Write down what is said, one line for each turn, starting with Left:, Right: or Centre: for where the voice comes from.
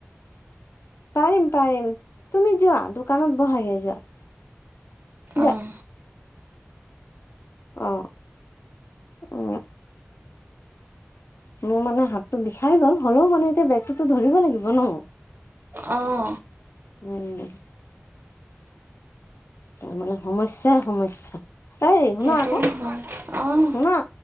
Left: পাৰিম, পাৰিম তুমি যোৱা দোকানত বহাগে যোৱা, যোৱা।
Right: অঁ
Left: অ, উ। মোৰ মানে হাতটো বিষাই গ'ল হ'লেও মানে এতিয়া বেগটোতো ধৰিব লাগিব ন।
Right: আহ।
Left: উম। তাৰমানে সমস্যাই, সমস্যাই এই শুনা
Right: সেইটো
Left: আকৌ
Right: হয় অঁ
Left: শুনা।